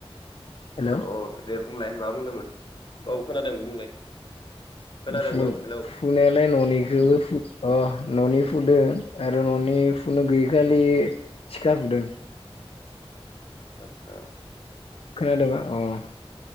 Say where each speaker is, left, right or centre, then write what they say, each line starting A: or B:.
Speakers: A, on the left; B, on the left.
A: हेलौ
B: अ दे बुंलाय मा बुंदोंमोन औ खोनादों बुंलाय खोनादों
A: फु-फुनायालाय
B: औ हेलौ
A: ननिखौबो फु अ न'नि फुदो आरो ननि फुनो गैयिखालि थिखा फुदों
B: आतसा
A: खोनादोबा अ